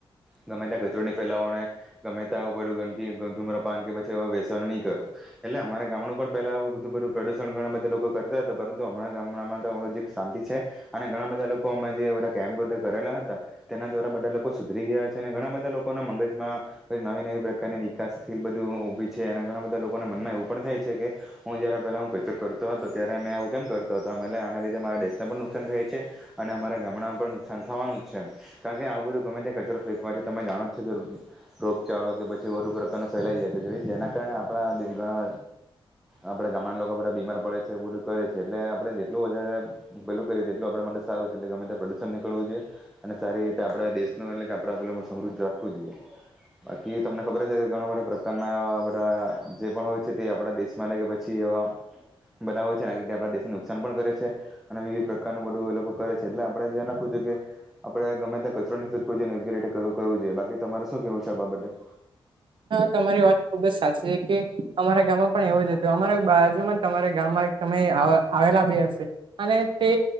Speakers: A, in the centre; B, on the right.
A: ગમે તે કચરોની ફેલાવવાને ગમે ત આવું પડ્યું ગંદકીધૂમ્ર પાન કે પછી હવે વસણ નહી કરો. એટલે અમારા ગામડું પણ પેલાું બધું બધું પ્રદુષણ ઘણા બધા લોકો કરતા હતા પરંતુ હમણાં ગામડામાં તો હજી શાંતિ છે. અને ઘણા બધા લોકો અમે જે બધા કેમ્પધ કરેલા હતા. તેના દ્વારા બધા લોકો સુધરી ગયા છે અને ઘણા બધા લોકોના મગજમાં પછી નવી નવી પ્રકારની વિકાસશીલ બધું ઊભી છે અને ઘણા બધા લોકોના મનમાં એવું પણ થાય છે કે હું જયારે પેલા હું કચર કરતો હતો ત્યારે અમે હું કેમ કરતો હતો અમે આના લીધે મારા દેશને પણ નુકસાન થાય છે. અને અમારે ગામડામાં પણ નુકસાન થવાનું જ છે. કારણ કે આવું બધું ગમે તે કચરો ફેકવાથી તમે જાણો જ છો રોગચાળો કે પછી વધુ પ્રકારનો ફેલાઈ જાય છે જો જેના કારણે આપણા ઘણા આપણે ગામડા ના લોકો બધા બીમાર પડે છે એવું બધું કરે છે એટલે આપણે જેટલું વધારે પેલું કરી તે એટલું આપડે માટે સારું છે એટલે ગમે ત્યા પ્રદુષણ નીકળવું જોએ અને સારી રીતે આપડા દેશ ન એટલે કે આપ પે સમૃદ્ધ રાખવું જોઈએ. બાકી તમને ખબર છે કે ઘણા બધા પ્રકારના બધા જે પણ હોય છે તે આપણા દેશ માને કી પછી એવા. બધા હોય છે અને આ રીતે આપણા દેશને નુકસાન પણ કરે છે અને વિવિધ પ્રકારનું બધું એ લોકો કરે છે એટલે આપડે ધ્યાન રાખવું જો કે. આપણેે ગમે ત્યાં કચરો ની ફેકવો જોઈએ અને યોગ્ય રીતે કરવુ કરવુ જોઈએ બાકી તમારે શું કેવું છે આ બાબતે.
B: હા તમારી વાત ખુબ જ સાચી છે કે અમારા ગામમાં પણ એવો જ હતુ અમારા બાજુમાં તમારા ગામમાં તમે આ આવેલા બી હશે. અને તે